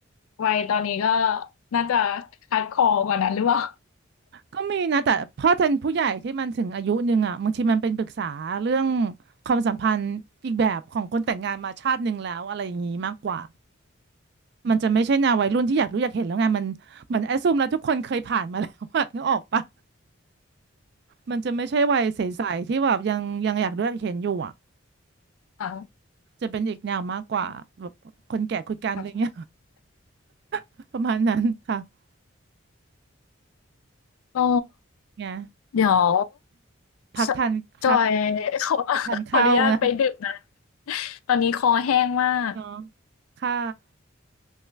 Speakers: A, on the left; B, on the right.
A: วัยตอนนี้ก็น่าจะคัดคอกว่านั้นหรือเปล่า
B: ก็มีนะแต่พ่อแทันผู้ใหญ่ที่มันถึงอายุหนึ่งอ่ะบางทีมันเป็นปรึกษาเรื่องความสัมพันธ์อีกแบบของคนแต่งงานมาชาติหนึ่งแล้วอะไรอย่างนี้มากกว่ามันจะไม่ใช่แนววัยรุ่นที่อยากรู้อยากเห็นแล้วไงมันเหมือนแอสซูมแล้วทุกคนเคยผ่านมาแล้วอะ <laughs> นึกออกปะมันจะไม่ใช่วัยใสๆที่แบบยังยังอยากรู้อยากเห็นอยู่อ่ะ
A: อ่ะ
B: จะเป็นอีกแนวมากกว่าแบบคนแก่คุยกันอะไรเงี้ย
A: ขอบคุณ
B: <laughs> ประมาณนั้นค่ะ
A: ก็
B: ไง
A: เดี๋ยว
B: พักทานพัก
A: สจอย <laughs> ขอขออนุญาตไปดื่มน้
B: ไปทานข้าวนะ
A: ำตอนนี้คอแห้งมาก
B: เนาะค่ะ